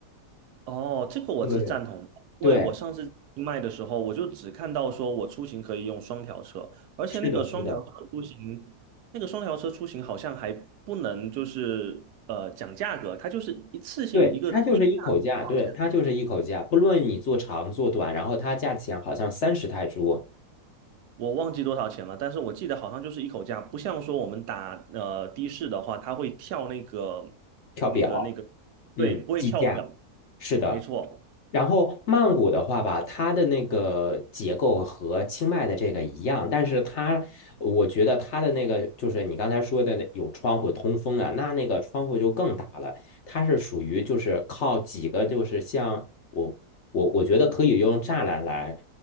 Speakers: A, on the right (about 80°); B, on the left (about 55°).
A: 哦，这个我是赞同的，
B: 对，
A: 因为我上次卖的时候，
B: 对，
A: 我就只看到说我出行可以用双条车，而且那个双条车出行，
B: 是的，是的。
A: 那个双条车出行好像还不能就是呃讲价格，它就是一次性一个一个价格多少钱，
B: 对，它就是一口价，对，它就是一口价，不论你做长做短，然后它价钱好像三十泰铢
A: 我忘记多少钱了，但是我记得好像就是一口价，不像说我们打呃的士的话，它会跳那个
B: 跳表，
A: 那个那个，
B: 嗯，
A: 对，不会跳表，
B: 计价，是的。
A: 没错，
B: 然后曼谷的话吧，它的那个结构和清迈的这个一样，但是它，我觉得它的那个就是你刚才说的那有窗户通风啊，那那个窗户就更大了，它是属于就是靠几个就是像我我我觉得可以用栅栏来